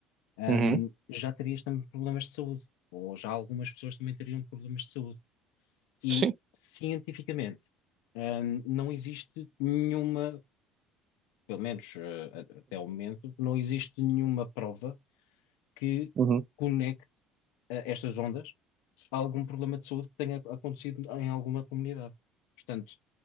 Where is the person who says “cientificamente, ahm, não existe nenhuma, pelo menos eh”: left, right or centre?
Left